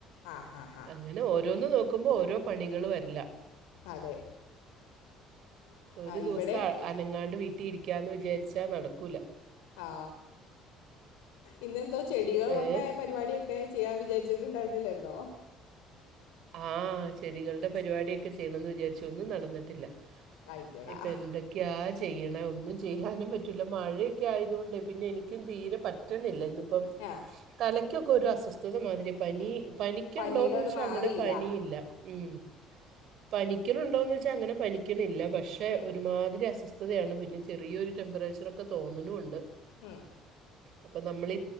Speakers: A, on the left; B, on the right.
A: ആ ഹാ ഹാ
B: അങ്ങനെ ഓരോന്ന് നോക്കുമ്പോൾ ഓരോ പണികള് വരില്ല
A: അതെ
B: ഒരു
A: ആ
B: ദിവസം
A: ഇവിടെയും
B: അനങ്ങാണ്ട് വീട്ടിൽ ഇരിക്കാന്ന് വിചാരിച്ചാ നടക്കൂല
A: ആ ഇന്നെന്തോ ചെടികളടെ
B: ഏ
A: പരിപാടിയക്കെ ഒക്കെ ചെയ്യാൻ വിചാരിച്ചിട്ടുണ്ടായിരുന്നില്ലായിരുന്നോ
B: ആഹ് ചെടികള്ടെ പരിപാടി ഒക്കെ ചെയ്യ്ണംന്ന് വിചാരിച്ചൊന്നും നടന്ന്ട്ട്ല്ല
A: അയ്യോടാ
B: ഇപ്പെ എന്റെ ക്ക്യാ ചെയ്യ്ണെ. ഒന്നും ചെയ്യാനും പറ്റില്ല. മഴയൊക്കെ ആയതു കൊണ്ട് പിന്നെ എനിക്കും തീരെ പറ്റ പറ്റ്ണില്ല ഇന്നിപ്പം
A: ആ
B: തലയ്ക്കൊക്കെ ഒരു അസ്വസ്ഥത മാതിരി. പനി പനിക്ക്യുണ്ടോന്ന്
A: പനിയുടെ
B: ചോച്ചാ
A: അത് മാറിയില്ല
B: അങ്ങനെ പനിയില്ല ഉം പനിക്ക്ണ് ഇണ്ടോന്ന് വെച്ചാ അങ്ങനെ പനിക്ക്ണില്ല പക്ഷേ പക്ഷെ
A: ഉം.
B: ഒരുമാതിരി അസ്വസ്ഥതയാണ്. പിന്നെ ചെറിയൊരു ടെമ്പറേച്ചറൊക്കെ തോന്ന്ണൂണ്ട്.
A: അഹ്
B: അപ്പം നമ്മളീ